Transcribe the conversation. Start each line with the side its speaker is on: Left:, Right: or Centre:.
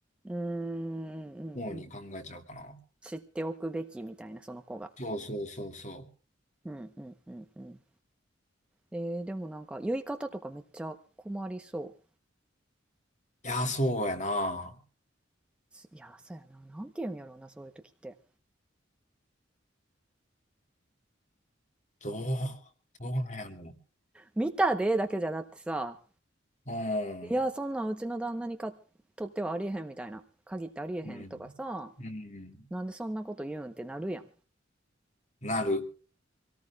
Centre: うーんうんうん。
Left: 方に考えちゃうかな。
Centre: 知っておくべきみたいな、その子が。
Left: そうそうそうそ
Centre: うんうんうんうん。えー、でもなんか言い方とかめっちゃ困りそ
Left: う。いや、そうやな。
Centre: う。いや、そうやな。なんて言うんやろうな、そういう時って。
Left: どう、どうなんやろ
Centre: 見たでだけじゃだってさ、
Left: う。ん、
Centre: いや、そんなんうちの旦那にかとってはありえへんみたいな。限ってありえへんとかさ、
Left: うん、うん。
Centre: なんでそんなこと言うんってなるやん
Left: なる。